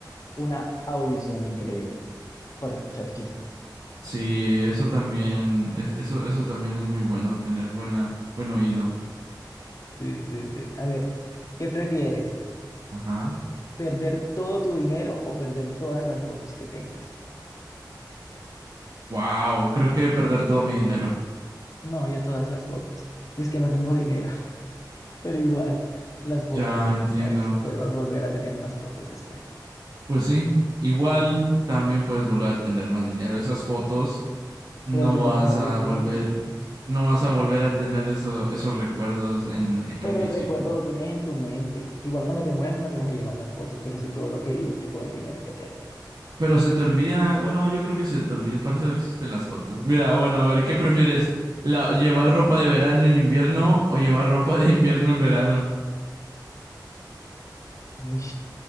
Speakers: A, on the left; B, on the right.
A: Una audición increíble para escuchar chismes.
B: Sí, eso también, es- eso, eso también es muy bueno, tener buena, buen oído.
A: Sí, sí, sí. A ver, ¿qué prefieres?
B: Ajá.
A: ¿Perder todo tu dinero o perder todas las fotos que tengas?
B: Wow, creo que perder todo mi dinero.
A: No, yo todas las fotos. Es que no tengo dinero, <laughs> pero igual, las fotos.
B: Ya entiendo.
A: Eso, puedo volver a tener más fotos después.
B: Pues sí, igual también puedes volver a tener más dinero. Esas fotos no
A: Pero el dinero
B: vas
A: es más
B: a
A: difícil.
B: volver, no vas a volver a tener eso- esos recuerdos en,
A: Pero
B: en físico.
A: el recuerdo lo tienes en tu mente. Igual cuando te mueras no te vas a llevar las fotos, pero sí todo lo que viviste con el dinero que tenías.
B: Pero se te olvida, bueno, yo creo que se te olvida, para eso existen las fotos. Mira, bueno, a ver,
A: <laughs>
B: ¿qué prefieres? La, ¿llevar ropa de verano en invierno o llevar ropa de invierno en verano?
A: Uy,